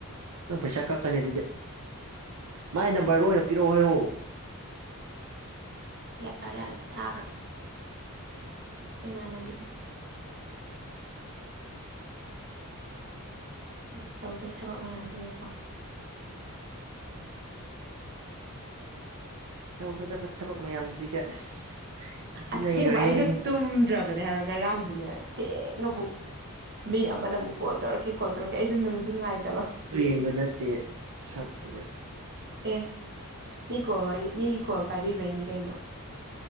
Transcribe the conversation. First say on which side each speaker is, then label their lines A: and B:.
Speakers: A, on the right; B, on the right.
A: ꯅꯪ ꯄꯩꯁꯥ ꯀꯛꯈꯔꯅꯤ ꯑꯗꯨꯗꯤ ꯃꯥꯏ ꯅꯝꯕꯔꯗꯣ
B: ꯀꯛꯑꯣꯏ
A: ꯑꯣꯏꯅ ꯄꯤꯔꯛꯑꯣ ꯍꯥꯏꯌꯣ
B: ꯌꯥꯔꯦ ꯌꯥꯔꯦ ꯊꯥꯈ꯭ꯔ ꯏꯃꯅꯕꯤꯗ ꯎꯝ ꯇꯧꯗꯣꯏ ꯊꯕꯛ ꯃꯌꯥꯝꯁꯤꯒꯀꯣ
A: ꯇꯧꯒꯗꯕ ꯊꯕꯛ ꯃꯌꯥꯝꯁꯤꯒ ꯑꯁ ꯌꯥꯝ ꯊꯤꯅ
B: ꯑꯁꯦꯡꯕ
A: ꯅꯩꯔꯦꯍꯦ
B: ꯑꯩꯁꯨꯣ
A: ꯅꯪꯁꯨ
B: ꯇꯨꯝꯗ꯭ꯔꯕꯅꯦ ꯍꯥꯏꯕ ꯉꯔꯥꯡꯗꯨꯅꯦ ꯊꯦꯡꯅꯕꯨ ꯃꯤ ꯑꯃꯅ ꯑꯃꯨꯛ ꯀꯣꯜ ꯇꯧꯔꯛꯀꯦ ꯀꯣꯜ ꯇꯧꯛꯀꯦ ꯑꯩꯁꯨ ꯅꯨꯡꯁꯨ ꯅꯨꯡꯉꯥꯏꯇꯕ
A: ꯌꯦꯡꯕ ꯅꯠꯇꯦ ꯁꯛꯁꯤꯒ
B: ꯑꯦ ꯃꯤ ꯀꯣꯜ ꯋꯥꯔꯤ ꯃꯤꯒꯤ ꯀꯣꯜ ꯄꯥꯏꯕꯤꯕꯩꯅꯤ ꯀꯩꯅꯣ